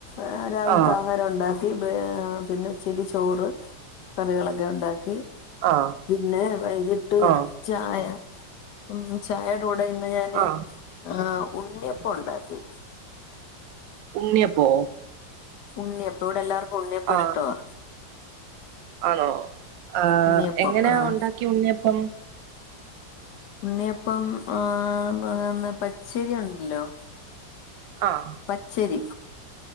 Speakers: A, on the left; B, on the right.
A: ആഹ് രാവിൽത്തെ
B: ആ
A: ആഹാരം ഉണ്ടാ കി. പിന്നെ ഉച്ചക്ക് ചോറ് കറികളൊക്കെ ഉണ്ടാക്കി.
B: ആ
A: പിന്നെ വൈകിട്ട്
B: ആ
A: ചായ. ഉം ചായയൂടെ കൂടെ ഇന്ന് ഞാന്
B: ആ
A: ആഹ് ഉണ്ണിയപ്പ ണ്ടാക്കി.
B: ഉണ്യപ്പൊ?
A: ഉണ്ണിയപ്പ. ഇവിടെ എല്ലാവർക്കും ഉണ്ണിയപ്പ
B: ആ
A: ഇഷ്ടവാ.
B: ആണോ. ആഹ്
A: ഉണ്ണിയപ്പം
B: എങ്ങന
A: ആഹ്
B: ഉണ്ടാക്കി ഉണ്ണിയപ്പം.
A: ഉണ്ണിയപ്പം ആഹ് ന്ന് പച്ചരി ഉണ്ടല്ലോ.
B: ആഹ്
A: പച്ചേരി.